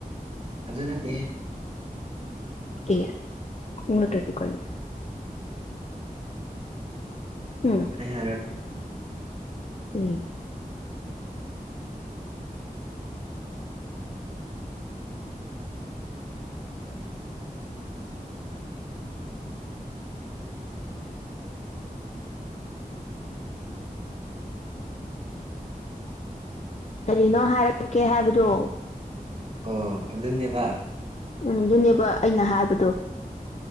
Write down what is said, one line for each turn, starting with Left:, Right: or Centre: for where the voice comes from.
Right: ꯑꯗꯨ ꯅꯠꯇꯦ ꯍꯦ
Left: ꯑꯦ ꯑꯗꯨ ꯅꯠꯇ꯭ꯔꯗꯤ ꯀꯔꯤ ꯍꯝ
Right: ꯑꯩ ꯍꯥꯏꯔꯛꯀꯦ
Left: ꯎꯝ <inaudible> ꯀꯔꯤꯅꯣ ꯍꯥꯏꯔꯛꯀꯦ ꯍꯥꯏꯕꯗꯨ
Right: ꯑꯣ ꯑꯗꯨꯅꯦꯕꯥ
Left: ꯎꯝ ꯗꯨꯅꯦꯕꯥ ꯑꯩꯅ ꯍꯥꯏꯕꯗꯣ